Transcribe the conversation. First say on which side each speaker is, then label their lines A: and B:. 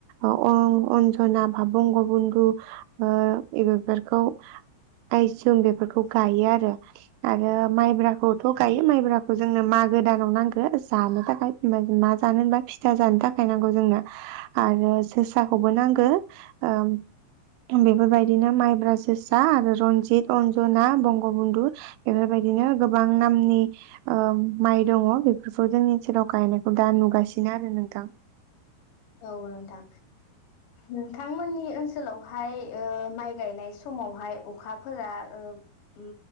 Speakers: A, on the right; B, on the left.
A: अ-अनजना बा बंग' बन्धु बेफोरखौ आइजुम बेफोरखौ गायो आरो। आरो माइब्राखौथ' गायो माइब्राखौ जोंनो मागो दानाव नांगो जानो थाखाय मा जानो होनबा फिथा जानो थाखाय नांगौ जोंनो आरो जोसाखौबो नांगो ओ बेफोरबायदिनो माइब्रा, जोसा आरो रन्जित अन्जना बंगबन्धु बेफोरबायदिनो गोबां नामनि माइ दङ बेफोरखौ जोंनि ओनसोलाव गायनायखौ दा नुगासिनो आरो नोंथां।
B: औ नोंथां नोंथांमोननि ओनसोलावहाय ओ माइ गायनाय समावहाय अखाफोरा ओ ओम